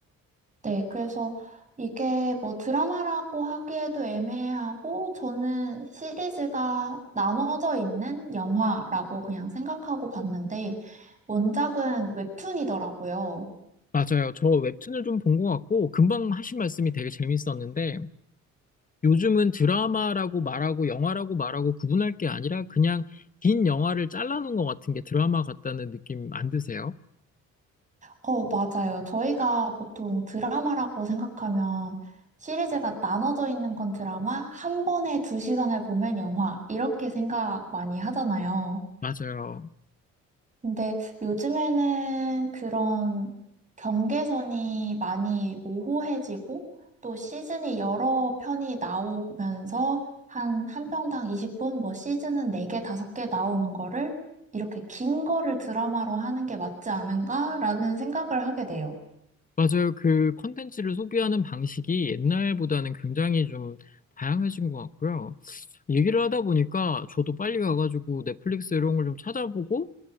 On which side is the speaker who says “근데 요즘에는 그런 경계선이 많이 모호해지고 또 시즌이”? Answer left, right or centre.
Right